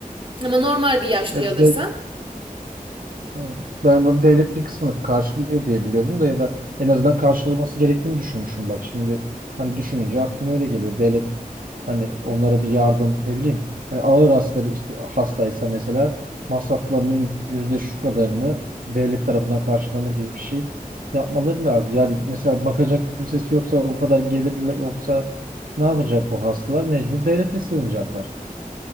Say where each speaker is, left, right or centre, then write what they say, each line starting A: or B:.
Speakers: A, on the right; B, on the right.
A: Ama normal bir yaşlıyı
B: E, de-
A: alırsan.
B: hmm. Ben bunu devlet bir kısmını karşılıyor diye biliyordum da ya da en azından karşılaması gerektiğini düşünmüşüm bak şimdi hani düşününce aklıma öyle geliyor. Devlet Hani onlara bir yardım ne bileyim. Hani ağır hastaları işte hastaysa mesela masraflarının yüzde şu kadarını devlet tarafından karşılanır gibi bir şey yapmaları lazım. Yani mesela bakacak kimsesi yoksa o kadar gelir yoksa ne yapacak bu hastalar? Mecbur devlete sığınacaklar.